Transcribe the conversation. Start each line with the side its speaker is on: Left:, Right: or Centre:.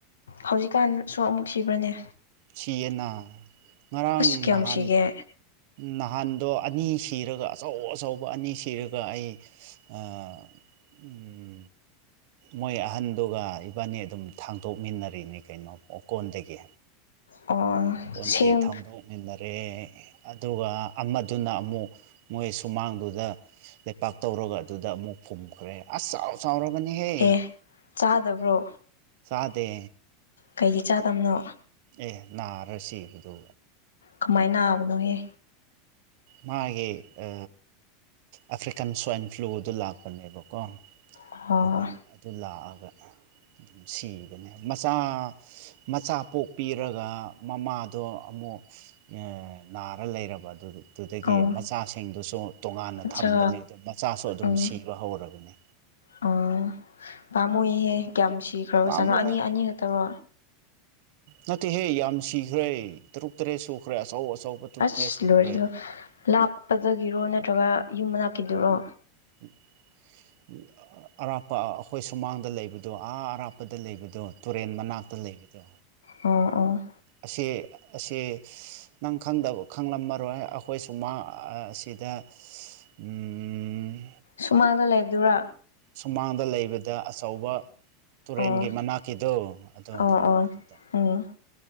Left: ꯍꯧꯖꯤꯛꯀꯥꯟꯁꯨ ꯑꯃꯨꯛ ꯁꯤꯕ꯭ꯔꯅꯦ
Right: ꯁꯤꯌꯦꯅ ꯉꯔꯥꯡ
Left: ꯑꯁ ꯀꯌꯥꯝ
Right: ꯅꯍꯥꯟ
Left: ꯁꯤꯒꯦ
Right: ꯅꯍꯥꯟꯗꯣ ꯑꯅꯤ ꯁꯤꯔꯒ ꯑꯆꯧ ꯑꯆꯧꯕ ꯑꯅꯤ ꯁꯤꯔꯒ ꯑꯩ ꯑꯥ ꯎꯝ ꯃꯣꯏ ꯑꯍꯟꯗꯨꯒ ꯏꯕꯥꯟꯅꯤ ꯑꯗꯨꯝ ꯊꯥꯡꯇꯣꯛꯃꯤꯟꯅꯔꯤꯅꯤ ꯀꯩꯅꯣ ꯑꯣꯀꯣꯟꯗꯒꯤ
Left: ꯑꯣ
Right: ꯑꯣꯀꯣꯟꯗꯒꯤ
Left: ꯁꯦꯝ
Right: ꯊꯥꯡꯗꯣꯛꯃꯤꯟꯅꯔꯦ ꯑꯗꯨꯒ ꯑꯃꯗꯨꯅ ꯑꯃꯨꯛ ꯃꯣꯏ ꯁꯨꯃꯥꯡꯗꯨꯗ ꯂꯩꯄꯥꯛ ꯇꯧꯔꯒ ꯑꯗꯨꯗ ꯑꯃꯨꯛ ꯐꯨꯝꯈ꯭ꯔꯦ ꯑꯁ ꯆꯥꯎ ꯆꯥꯎꯔꯕꯅꯤꯍꯦ
Left: ꯑꯦ ꯆꯥꯗꯕ꯭ꯔꯣ
Right: ꯆꯥꯗꯦ
Left: ꯀꯩꯒꯤ ꯆꯥꯗꯕꯅꯣ
Right: ꯑꯦ ꯅꯥꯔꯥ ꯁꯤꯕꯗꯨ
Left: ꯀꯃꯥꯏ ꯅꯥꯕꯅꯣꯍꯦ
Right: ꯃꯥꯒꯤ ꯑ ꯑꯐ꯭ꯔꯤꯀꯥꯟ ꯁ꯭ꯋꯥꯏꯟ ꯐ꯭ꯂꯨꯗꯨ ꯂꯥꯛꯄꯅꯦꯕꯀꯣ
Left: ꯑꯣ
Right: ꯑꯗꯨꯅ ꯑꯗꯨ ꯂꯥꯛꯑꯒ ꯑꯗꯨꯝ ꯁꯤꯕꯅꯦ ꯃꯆꯥ ꯃꯆꯥ ꯄꯣꯛꯄꯤꯔꯒ ꯃꯃꯥꯗꯣ ꯑꯃꯨꯛ ꯑ ꯅꯥꯔꯥ ꯂꯩꯔꯕ ꯑꯗꯨꯒꯤ ꯑꯗꯨꯗꯒꯤ
Left: ꯑꯣ
Right: ꯃꯆꯥꯁꯤꯡꯗꯨꯁꯨ ꯇꯣꯉꯥꯟꯅ
Left: ꯑꯠꯆꯥ
Right: ꯊꯝꯕꯅꯦ ꯑꯗꯣ ꯃꯆꯥꯁꯨ ꯑꯗꯨꯝ
Left: ꯎꯝ
Right: ꯁꯤꯕ ꯍꯧꯔꯕꯅꯦ
Left: ꯑꯣ ꯄꯥꯝꯃꯨꯏꯍꯦ ꯀꯌꯥꯝ ꯁꯤꯈ꯭ꯔꯕ
Right: ꯄꯥꯝꯃꯨꯍꯦ
Left: ꯖꯥꯠꯅꯣ ꯑꯅꯤ ꯑꯅꯤ ꯈꯛꯇꯔꯣ
Right: ꯅꯠꯇꯦꯍꯦ ꯌꯥꯝ ꯁꯤꯈ꯭ꯔꯦ ꯇꯔꯨꯛ ꯇꯔꯦꯠ ꯁꯨꯈ꯭ꯔꯦ ꯑꯆꯧ ꯑꯆꯧꯕ ꯇꯔꯨꯛ
Left: ꯑꯁ
Right: ꯇꯔꯦꯠ ꯁꯨꯈ꯭ꯔꯦ
Left: ꯂꯣꯏꯔꯦꯗꯣ ꯂꯥꯞꯄꯗꯒꯤꯔꯣ ꯅꯠꯇ꯭ꯔꯒ ꯌꯨꯝ ꯃꯅꯥꯛꯀꯤꯗꯨꯔꯣ
Right: <unintelligible> ꯑꯔꯥꯞꯄ ꯑꯩꯈꯣꯏ ꯁꯨꯃꯥꯡꯗ ꯂꯩꯕꯗꯣ ꯑꯥ ꯑꯔꯥꯞꯄꯗ ꯂꯩꯕꯗꯣ ꯇꯨꯔꯦꯟ ꯃꯅꯥꯛꯇ ꯂꯩꯕꯗꯣ
Left: ꯎꯝ ꯎꯝ
Right: ꯑꯁꯤ ꯑꯁꯤ ꯅꯪ ꯈꯪꯗꯕ ꯈꯪꯂꯝꯃꯔꯣꯏ ꯑꯩꯈꯣꯏ ꯁꯨꯃꯥꯡ ꯑ ꯑꯁꯤꯗ ꯎꯝ
Left: ꯁꯨꯃꯥꯡꯗ ꯂꯩꯕꯗꯨꯔꯣ
Right: ꯁꯨꯃꯥꯡꯗ ꯂꯩꯕꯗ ꯑꯆꯧꯕ ꯇꯨꯔꯦꯟꯒꯤ
Left: ꯑꯣ
Right: ꯃꯅꯥꯛꯀꯤꯗꯣ ꯑꯗꯣ
Left: ꯑꯣ ꯑꯣ
Right: ꯑꯗꯨꯗ
Left: ꯎꯝ